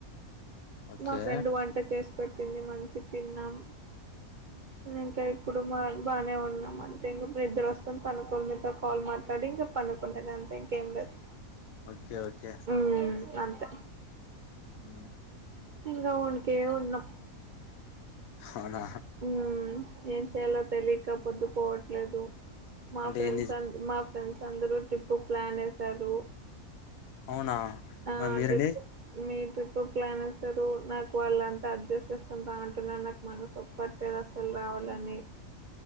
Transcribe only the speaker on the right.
మా ఫ్రెండ్ వంట చేస్ పెట్టింది మంచి తిన్నాం ఇంకా ఇప్పుడు మా బాగానే ఉన్నాం అంతే ఇంకప్పుడు ఇద్దరు వస్తుం పనుకొనీ మీతో కాల్ మాట్లాడి ఇంకా పనుకుండేది అంతే ఇంకేం లేదు
ఉమ్ అంతే
ఇంగ ఉనుకే ఉన్నాం
ఉమ్ ఏం చేయాలో తెలియక పొద్దుపోవట్లేదు మా
ఫ్రెండ్స్
ఆన్ మా ఫ్రెండ్స్ అందరు ట్రిప్ ప్లాన్ వేసారు
ఆ
ట్రిప్ మీ ట్రిప్ ప్లాన్ వేస్తారు నాకు వాళ్ళంత అడ్జస్ట్ చేస్తాను బాగుంటున్నారు నాకు మనసు పట్టేది అసలు రావాలని